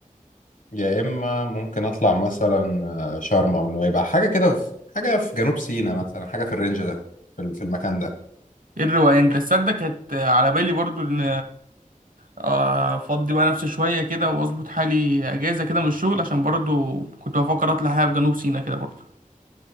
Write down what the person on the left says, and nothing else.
يا اما ممكن اطلع مثلا آه، شرم او نويبع حاجه كده في حاجه في جنوب سيناء مثلا حاجه في الرينج ده في ال- في المكان ده